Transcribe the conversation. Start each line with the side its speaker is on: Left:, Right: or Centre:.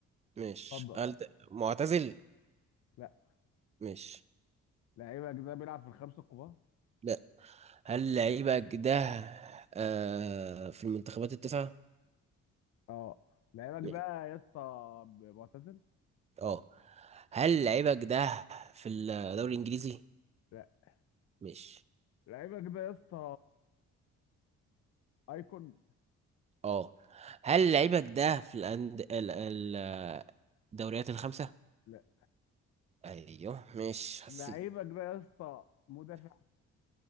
Right: مش
Left: اتفضل
Right: هل ده معتزل
Left: لا
Right: مش
Left: لعيبك ده بيلعب في الخمسة الكبار
Right: لا هل لعيبك ده آه في المنتخبات التسعة
Left: اه لعيبك
Right: لا.
Left: ده يا اسطى معتزل؟
Right: اه هل لعيبك ده في الدوري الانجليزي
Left: لا
Right: مش
Left: لعيبك ده يا اسطى ايكون؟
Right: اه هل لعيبك ده في الأند... ال... ال... الدوريات الخمسة
Left: لا
Right: ايوه مش حسيت
Left: لعيبك ده يا اسطى مدافع؟